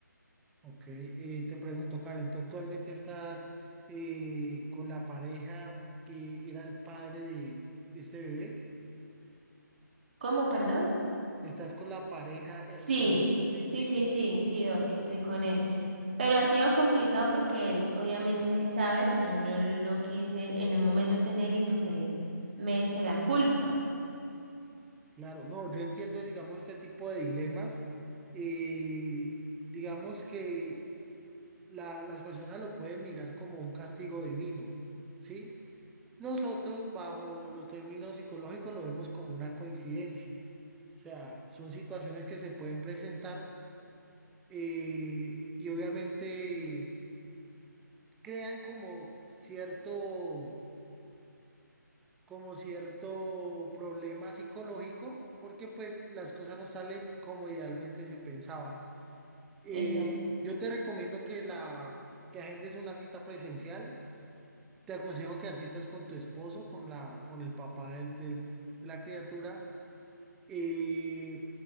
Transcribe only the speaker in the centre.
Ok, eh, te pregunto, Karen, ¿tú actualmente estás eh, con la pareja que era el padre de este bebé?
¿Estás con la pareja eh,
actualmente?
Sí,
claro. No, yo entiendo, digamos, este tipo de dilemas. eh, digamos que la- las personas lo pueden mirar como un castigo divino, ¿sí? Nosotros, bajo los términos psicológicos, lo vemos como una coincidencia. O sea, son situaciones que se pueden presentar eh, y obviamente crean como cierto, como cierto problema psicológico, porque pues las cosas no salen como idealmente se pensaban. Eh,
yo te recomiendo que la que agendes una cita presencial Te aconsejo que asistas con tu esposo, con la, con el papá del, del- de la criatura. Eh,